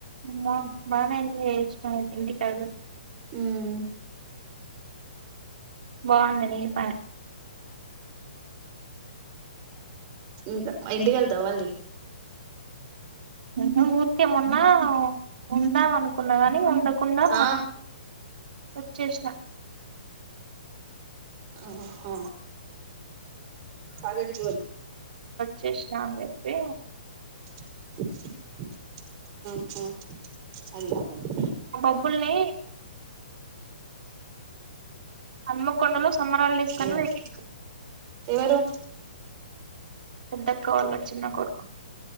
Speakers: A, on the right; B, on the right.
A: అమ్మ బాగానే ఎంజాయ్ చేసినవ్ అయితే ఇంటి కాడికి పో
B: మ్
A: బాగుంది నీ పనే
B: ఇంకా ఇంటికేళ్తావ మళ్ళీ
A: నువ్ ఊరుకే మెున్న ఉందమన్ కున్నా గని ఉండకుండా
B: ఆ
A: ఒచ్చేసిన
B: ఆహ కాాలటి
A: చేసిన అని చెప్పి
B: అహ
A: ఆ డబ్బుల్ని హన్మకొండలో సమ్మర్ హాలీడ్స్
B: అదేనా
A: కానీ పెట్టిండ్రు
B: ఎవరు
A: పెద్దక్క వాళ్ళ చిన్న కొడుకు